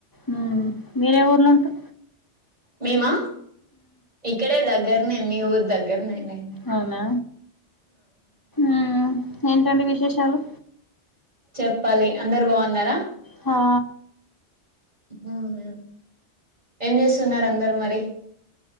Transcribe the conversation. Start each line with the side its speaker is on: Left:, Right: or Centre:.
Left: మ్మ్ మీరే ఊర్ల ఉంట్రూ
Right: మేమా ఇక్కడే దగ్గరనే మీ ఊరు దగ్గరనేనే
Left: అవునా ఆ ఏంటండి విశేషాలు
Right: చెప్పాలి అందర్ బావున్నరా
Left: హా
Right: మ్ హ్ ఏం జేసున్నార్ అందరు మరి